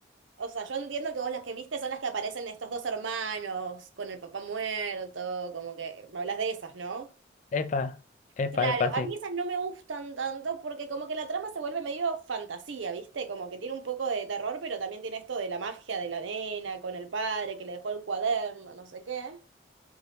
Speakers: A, on the right (about 85°); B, on the left (about 40°).
A: o sea, yo entiendo que vos las que viste son las que aparecen estos dos hermanos con el papá muerto, como que me hablas de esas, ¿no?
B: epa, epa,
A: Claro,
B: epa,
A: a
B: sí.
A: mí esas no me gustan tanto porque como que la trama se vuelve medio fantasía, ¿viste? Como que tiene un poco de terror, pero también tiene esto de la magia de la nena con el padre que le dejó el cuaderno, no sé qué.